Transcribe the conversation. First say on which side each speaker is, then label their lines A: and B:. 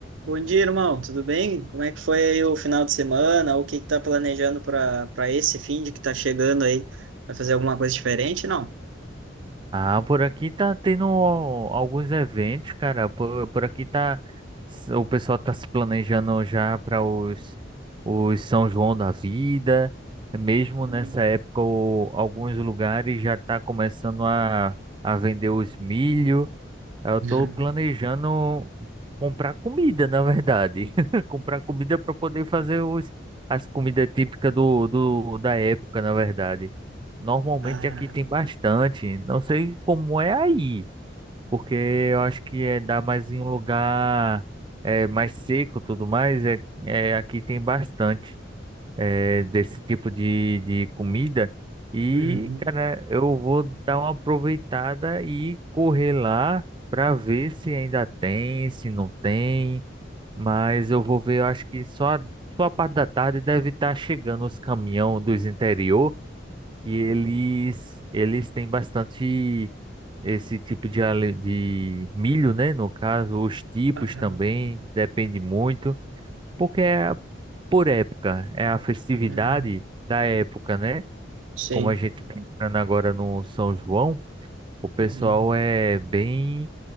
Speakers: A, on the right; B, on the right.
A: Bom dia, irmão. Tudo bem? Como é que foi aí o final de semana? O que que tá planejando para para esse fim de que tá chegando aí? Vai fazer alguma coisa diferente? Não.
B: Ah, por aqui tá tendo al- alguns eventos, cara. Por, por aqui tá. O pessoal tá se planejando já para os, os São João da Vida. Mesmo
A: Hum.
B: nessa época, o- alguns lugares já tá começando a, a vender os milho. Eu
A: <laughs>
B: tô planejando comprar comida, na verdade. <laughs> Comprar comida para poder fazer os, as comidas típicas do, do, da época, na verdade. Normalmente
A: Ah,
B: aqui tem bastante. Não sei como é aí, porque eu acho que é dá mais em um lugar é, mais seco, e tudo mais. É, é, aqui tem bastante eh, desse tipo de, de comida. E,
A: uhum,
B: cara, eu vou dar uma aproveitada e correr lá para ver se ainda tem, se não tem. Mas eu vou ver, eu acho que só, só a parte da tarde deve estar chegando os caminhão dos interior, que eles, eles têm bastante esse tipo de, ale- de milho, né? No caso, os tipos
A: aham,
B: também, depende muito. Porque é por época, é a festividade
A: uhum,
B: da época, né?
A: sei.
B: Como a gente está entrando agora no São João, o pessoal
A: Uhum,
B: é bem,